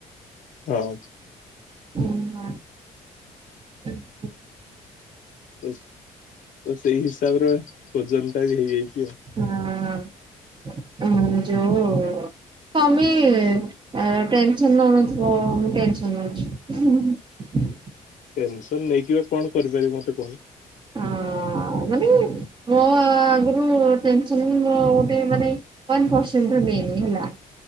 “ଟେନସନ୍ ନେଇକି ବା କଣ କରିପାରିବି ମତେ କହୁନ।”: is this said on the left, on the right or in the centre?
Left